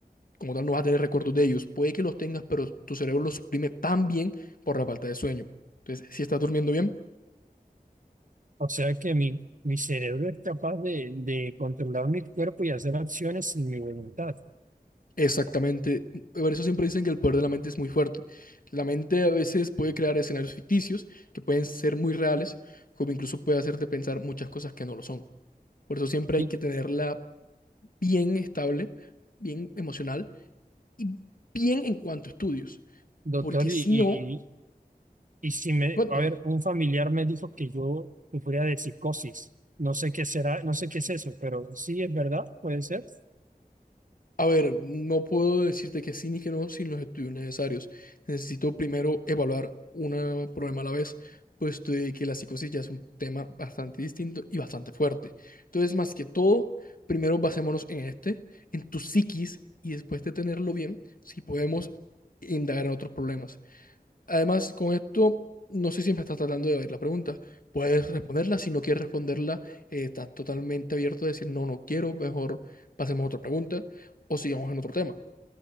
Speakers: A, on the left; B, on the right.
A: Como tal, no vas a tener recuerdos de ellos. Puede que los tengas, pero tu cerebro los suprime tan bien por la falta de sueño. Entonces, si estás durmiendo bien,
B: O sea que mi, mi cerebro es capaz de, de controlar mi cuerpo y hacer acciones sin mi voluntad.
A: Exactamente. Por eso siempre dicen que el poder de la mente es muy fuerte. La mente a veces puede crear escenarios ficticios que pueden ser muy reales, como incluso puede hacerte pensar muchas cosas que no lo son. Por eso siempre
B: ¿Tú,
A: hay que tenerla bien estable, bien emocional y bien en cuanto a estudios.
B: Doctor,
A: Porque si
B: y, y,
A: no,
B: y si me,
A: cuénteme,
B: a ver, un familiar me dijo que yo sufría de psicosis. No sé qué será, no sé qué es eso, pero sí es verdad, puede ser.
A: A ver, no puedo decirte que sí ni que no sin los estudios necesarios. Necesito primero evaluar un problema a la vez, puesto de que la psicosis ya es un tema bastante distinto y bastante fuerte. Entonces, más que todo, primero basémonos en este, en tu psiquis, y después de tenerlo bien, si podemos indagar en otros problemas. Además, con esto, no sé si me estás tratando de oír la pregunta. Puedes responderla. Si no quieres responderla, eh, estás totalmente abierto a decir, no, no quiero, mejor pasemos a otra pregunta o sigamos en otro tema.